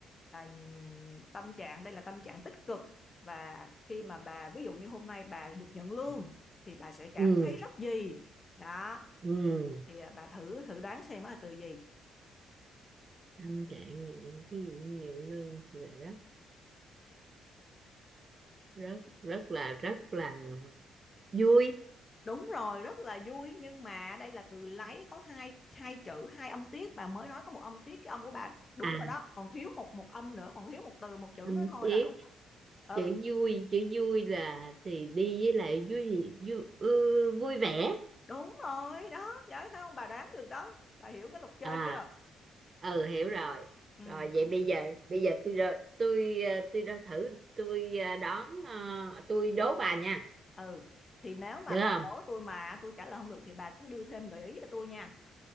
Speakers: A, on the left (about 30°); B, on the right (about 35°).
A: à, tâm trạng đây là tâm trạng tích cực và khi mà bà ví dụ như hôm nay bà được nhận lương thì bà sẽ cảm
B: ừ
A: thấy rất gì đó
B: Ừ,
A: thì à, bà thử thử đoán xem nó là từ gì
B: tâm trạng nhiều ví dụ nhiều lương thì là rất rất rất là rất là vui
A: Đúng rồi, rất là vui nhưng mà đây là từ lấy có hai hai chữ hai âm tiết bà mới nói có một âm tiết cái âm của bà đúng
B: à
A: rồi đó, còn thiếu một một âm nữa, còn thiếu một từ một chữ
B: tâm
A: nữa thôi
B: tiết
A: là đúng. Ừ,
B: chữ vui chữ vui là thì đi với lại vui vui ừ, vui vẻ
A: đúng rồi đó, giỏi không? Bà đoán được đó. Bà hiểu cái luật chơi
B: à
A: chưa?
B: ừ hiểu rồi
A: Ừ
B: rồi vậy
A: cũng
B: bây giờ bây giờ tôi ra- tôi ờ, tôi ra thử tôi ờ, đón ờ, tôi đố bà nha
A: ừ thì nếu mà
B: được
A: bà đố tôi mà tôi trả lời không được thì bà cứ đưa thêm gợi ý cho tôi nha.